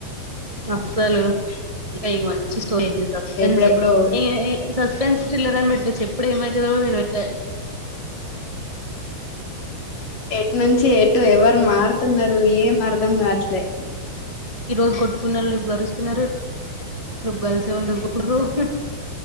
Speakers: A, on the right; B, on the left.
A: అస్సలు ఇంకా ఇ వంచి సోయేది సస్పెన్స్
B: ఎప్పుడెప్పుడో
A: ఎ ఏ సస్పెన్స్ కిల్లర్ అని పెట్టచు ఎప్పుడు ఏమైతదో కూడా తేల్వది ద
B: ఎటు నుంచి ఎటు ఎవరు మారు తున్నారు ఏం అర్థం కావట్లే
A: ఈ రోజు కొట్టుకున్నళ్ళు రేపు కారుస్తున్నారు రేపు గలిసినోళ్ళు కొట్టుకుంటుళ్ళు